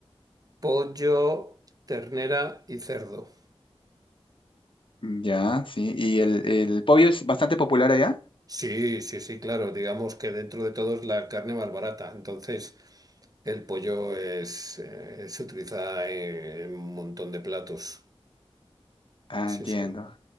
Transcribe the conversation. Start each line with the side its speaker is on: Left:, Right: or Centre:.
Right: Pollo, ternera y cerdo.
Left: Mm, Ya, sí. ¿Y el, el pollo es bastante popular allá?
Right: Sí, sí, sí, claro. Digamos que dentro de todo es la carne más barata. Entonces, el pollo es, eh, se utiliza en, en un montón de platos.
Left: Ah,
Right: Sí,
Left: entiendo.
Right: sí.